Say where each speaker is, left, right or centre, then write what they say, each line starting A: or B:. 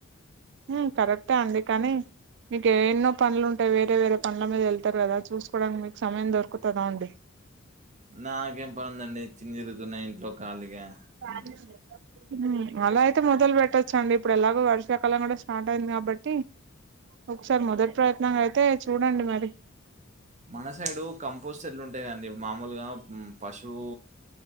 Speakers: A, on the right; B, on the right.
A: ఉ కరెక్టే అండి కానీ మీకు ఎన్నో పనుడ్లుంటయి వేరే వేరే పడ్ల మీద వెళ్తారు కదా చూసుకోవడానికి మీకు సమయం దొరుకుతదా అండి
B: నాకేం పనుందండి తిని తిరుగుతున్న ఇంట్లో ఖాళీగా
A: ఖాళీగా
B: హ్మ్.
A: ఉండలేక అలా అయితే మొదలు పెట్టచ్చండి ఇప్పుడు ఎలాగొ వర్షాకాలం కూడా స్టార్ట్ అయింది కాబట్టి ఒకసారి మొదటి ప్రయత్నంగా అయితే చూడండి మరి
B: మన సైడు కంపోస్ట్ ఎట్లుంటాయిండి మామూలుగా పశువు